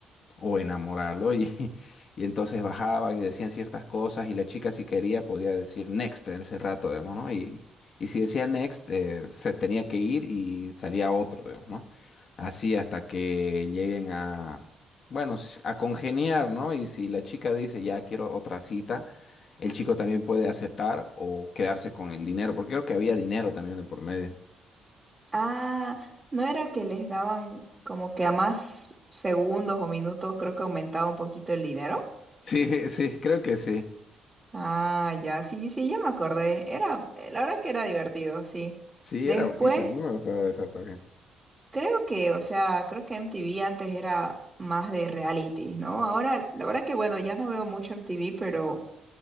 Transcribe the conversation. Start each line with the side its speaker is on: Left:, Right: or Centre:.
Left: o enamorarlo y, <laughs> y entonces bajaban y decían ciertas cosas y la chica si quería podía decir next en ese rato, digamos, ¿no? Y, y si decía next eh, se tenía que ir y salía otro, digamos, ¿no? Así hasta que lleguen a, bueno, s- a congeniar, ¿no? Y si la chica dice ya quiero otra cita, el chico también puede aceptar o quedarse con el dinero, porque creo que había dinero también de por medio. <laughs>
Right: ah, no era que les daban como que a más segundos o minutos, creo que aumentaba un poquito el dinero.
Left: Sí, sí, creo que sí.
Right: Ah, ya, sí, sí, ya me acordé. Era, eh, la verdad que era divertido, sí.
Left: Sí,
Right: Después,
Left: era buenísimo, a mí me gustaba esa saga.
Right: creo que, o sea, creo que MTV antes era más de reality, ¿no? Ahora, la verdad que bueno, ya no veo mucho MTV, pero